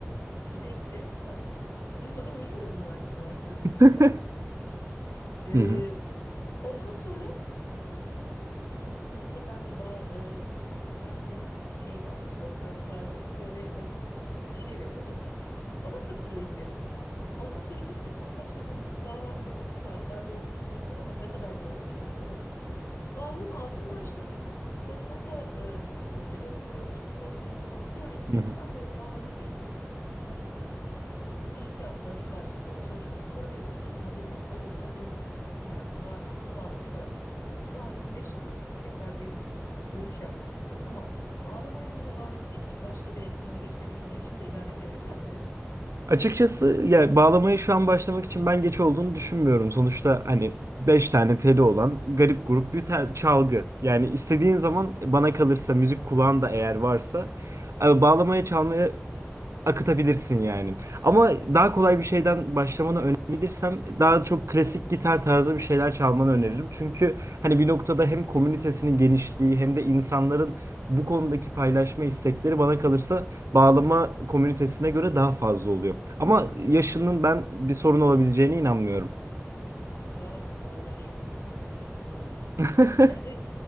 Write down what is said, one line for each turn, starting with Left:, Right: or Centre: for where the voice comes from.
Left: e, gide gide artık duymadan uyuyamıyordum neredeyse üniversitede düşün
Right: <laughs>
Left: yani. E,
Right: Hı hı.
Left: bu- ondan sonra İkinci sınıfta ben bir ba e, üniversitenin şeyi vardı, konservatuarı böyle öz- kurs gibi bir şey veriyordu. Ona katılayım dedim. Ondan sonra gittim. Hatta sözde müzik kulağı var mı diye bakıyorlardı. Ben de olduğunu söylediler ama ne kadar doğru bilemiyorum. Bağlama aldım, başladım. Sonra nota e, bilgisi önce gösteriyorlar işte solfej falan. Bir ay gittim.
Right: Hı hı.
Left: Tam böyle bağlamaya geçtik. Bir iki hafta bir parça üzerine çalışıyorduk. Sonra benim okul uzama durumum olunca benim hayatım daha önemli diye bağlamayı bıraktım. Şu an 25 yıl geçti ve tekrar bir dönüş yapmak istiyorum. Ama bağlamayla mı devam etmeliyim, başka bir enstrümana geçmeli miyim, yaşım da ilerledi ya ne dersin?
Right: Açıkçası ya bağlamaya şu an başlamak için ben geç olduğunu düşünmüyorum. Sonuçta hani 5 tane teli olan garip grup bir tel- çalgı. Yani istediğin zaman bana kalırsa müzik kulağın da eğer varsa e, bağlamaya çalmaya akıtabilirsin yani. Ama daha kolay bir şeyden başlamanı önerebilirsem daha çok klasik gitar tarzı bir şeyler çalmanı öneririm. Çünkü hani bir noktada hem komünitesinin genişliği hem de insanların bu konudaki paylaşma istekleri bana kalırsa bağlama komünitesine göre daha fazla oluyor. Ama yaşının ben bir sorun olabileceğine inanmıyorum.
Left: Aa, vallahi şu an o zaman çok mutlu oldum ya.
Right: <laughs>
Left: Yani evet,